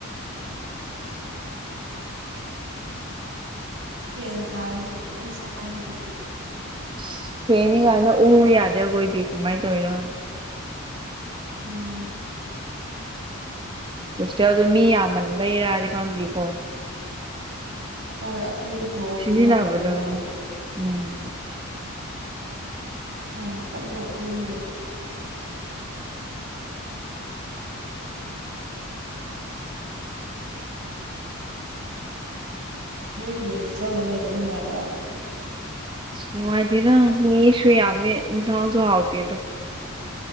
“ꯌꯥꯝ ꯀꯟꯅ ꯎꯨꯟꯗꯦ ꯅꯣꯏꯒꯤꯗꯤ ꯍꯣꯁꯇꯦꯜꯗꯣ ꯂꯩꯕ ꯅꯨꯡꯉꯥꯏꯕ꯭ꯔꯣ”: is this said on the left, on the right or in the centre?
Right